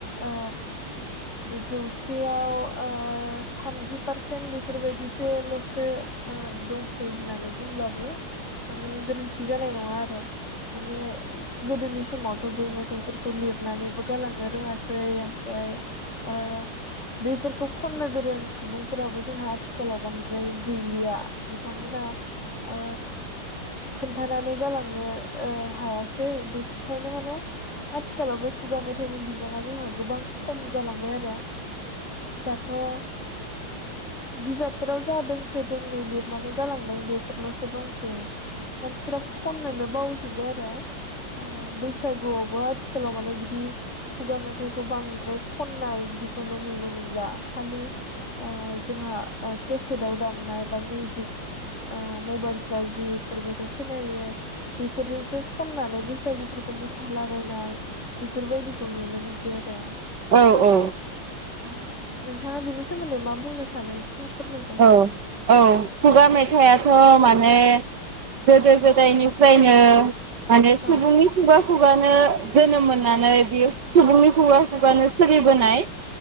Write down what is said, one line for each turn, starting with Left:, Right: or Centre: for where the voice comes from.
Left: ओ जौसेयाव ओ थामजि पारसेन्ट बेफोरबायदिसोल'सो ओ दंसै होननानै बुंब्लाबो माने गोरोन्थि जानाय नङा आरो माने गोदोनि बे समावथ' बै मेथाइफोरखौ लिरनानैबो गालांनो रोङासै फाय ओ बेफोरखौ खननो गोरों सुबुं फोराबो जोंहा आथिखालाव बांद्राय गैलिया बिथांमोना ओ खोनथानानै गालां नो ओ हायासै <unintelligible> ओंखायनो माने आथिखालावबो खुगा मेथाइनि बिबाङा जोंहा गोबां खम जालांबाय आरो दाथ' ओ बिजाबफोराव जादोंसो दोंनै लिरनानै गालांदों बेफोरल'सो दंसै मानसि खनोनो बाव बाय आरो बैसागुआवबो आथि आथिखालाव माने बिदि खुगा मेथाइखौ बांद्राय खननाय बिदिखौनो नुनो मोनला खालि जोंहा केसेटव दामनाय बा मिउजिक ओ मबाइलफ्राव जि बेफोरबायदि खोनायो बेफोरजोंसो खननानै बैसा सुबुंफोरखौ मोसालाबायनाय बेफोरबायदिखौ नुनो मोनसै जोरो
Right: औ औ
Left: अ नोंथाङा बिनि सोमोनदै मा बुंनो सानो एसे? फोरमायजागोन
Right: औ
Left: दे
Right: औ खुगा मेथाइआथ' माने गोदो गोदायनिफ्रायनो माने सुबुंनि
Left: औ
Right: खुगा खुगानो जोनोम मोननानै बियो सुबुंनि खुगा खुगानो सोलिबोनाय।